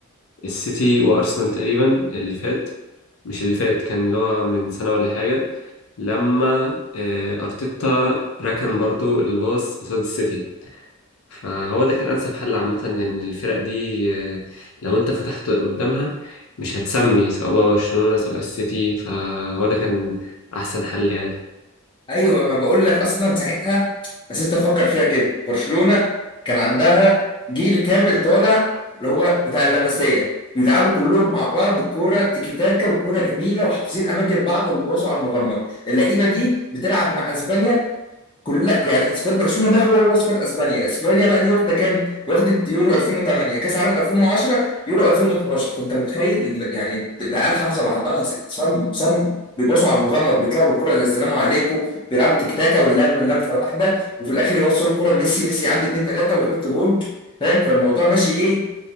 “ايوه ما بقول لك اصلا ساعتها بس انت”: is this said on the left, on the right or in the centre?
Left